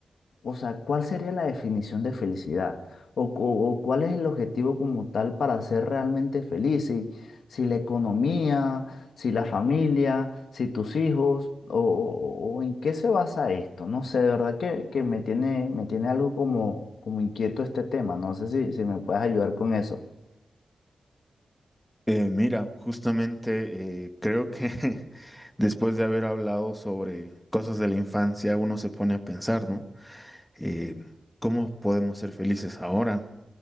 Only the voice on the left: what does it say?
o sea, ¿cuál sería la definición de felicidad? ¿O, o- o cuál es el objetivo como tal para ser realmente feliz? Si, si la economía, si la familia, si tus hijos, o, o- o en qué se basa esto? No sé, de verdad que, que me tiene, me tiene algo como, como inquieto este tema. No sé si, si me puedes ayudar con eso.